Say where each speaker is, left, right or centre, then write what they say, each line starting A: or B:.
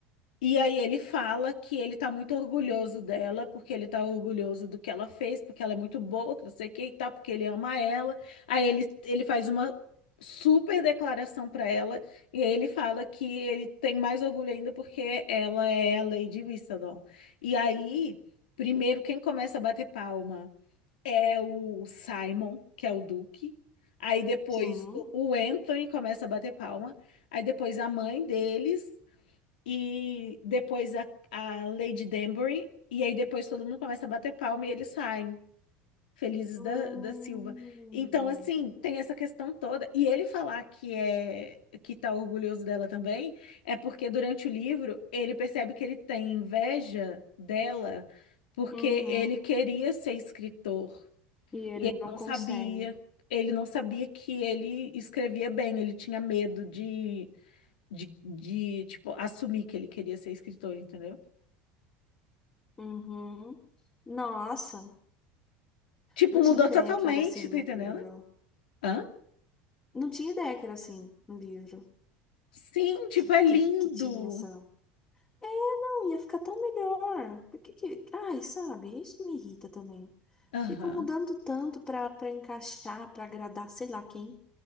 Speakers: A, on the left; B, on the left.
A: E aí ele fala que ele tá muito orgulhoso dela, porque ele tá orgulhoso do que ela fez, porque ela é muito boa, que não sei o que e tal, porque ele ama ela. Aí ele, ele faz uma super declaração pra ela, e aí ele fala que ele tem mais orgulho ainda porque ela é a Lady Whistledown. E aí, primeiro, quem começa a bater palma é o Simon, que é o Duque. Aí depois
B: Sim.
A: o o Anthony começa a bater palma. Aí depois a mãe deles e depois a, a Lady Danbury, e aí depois todo mundo começa a bater palma e eles saem, felizes
B: Hum.
A: da, da Silva. Então, assim, tem essa questão toda. E ele falar que é que tá orgulhoso dela também, é porque durante o livro ele percebe que ele tem inveja dela, porque
B: Uhum.
A: ele queria ser escritor,
B: E ele
A: ele
B: não
A: não
B: consegue.
A: sabia. Ele não sabia que ele escrevia bem, ele tinha medo de de, de, tipo, assumir que ele queria ser escritor, entendeu?
B: Uhum. Nossa,
A: Tipo,
B: não tinha
A: mudou
B: ideia
A: totalmente,
B: que era assim
A: tá
B: no
A: entendendo?
B: livro.
A: Hã?
B: Não tinha ideia que era assim no livro.
A: Sim, tipo,
B: Que,
A: é lindo.
B: que, que tinha essa. Não, ia ficar tão melhor. Por que que... Ai, sabe? Isso me irrita também.
A: Aham.
B: Ficam mudando tanto pra, pra encaixar, pra agradar, sei lá quem,